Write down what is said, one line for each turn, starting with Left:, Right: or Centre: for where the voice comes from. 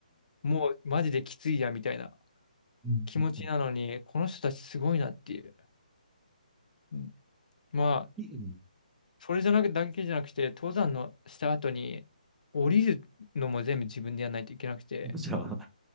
Left: もうマジできついや、みたいな
Centre: うんう
Left: 気持ちなのに、この人たちすごいなっていう。うんまあ、
Centre: ん
Left: それじゃなく、だけじゃなくて、登山のした後に、降りるのも全部自分でやらないといけなくて、
Centre: むしろ。